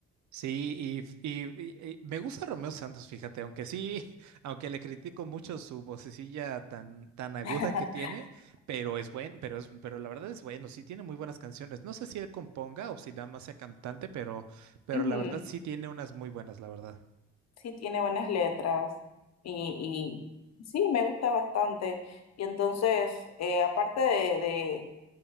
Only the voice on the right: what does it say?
Sí, y, y- y- y me gusta Romeo Santos, fíjate, aunque sí, <laughs> aunque le critico mucho su vocecilla tan, tan aguda
que tiene, pero es bueno, pero es, pero la verdad es bueno, sí tiene muy buenas canciones. No sé si él componga o si nada más sea cantante, pero, pero
la verdad sí tiene unas muy buenas, la verdad.